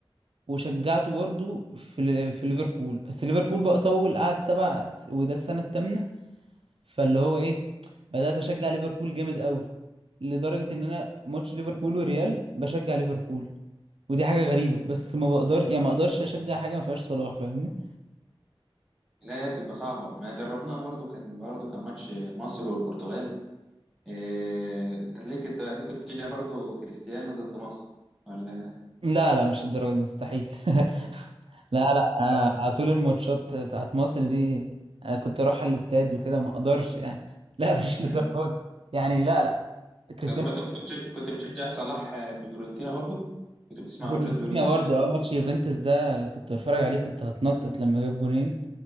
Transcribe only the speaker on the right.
وشجعته برضو في ال- في ليفربول بس ليفربول بقى طول قعد سبع وده السنة الثامنة فاللي هو ايه بدأت اشجع ليفربول جامد قوي لدرجة ان انا ماتش ليفربول وريال بشجع ليفربول ودي حاجة غريبة بس ما بقدر يعني ما اقدرش اشجع حاجة ما فيهاش صلاح فاهمني
لا لا مش الدرجة دي مستحيل <laughs> لا لا أنا
على طول الماتشات بتاعت مصر دي انا كنت اروح على الاستاد وكده ما اقدرش يعني <laughs> لا مش للدرجة
دي يعني لا لا كريستيانو
فيورنتينا
برضه
اه ماتش يوفنتوس ده كنت بتفرج عليه كنت هتنطط لما جاب جونين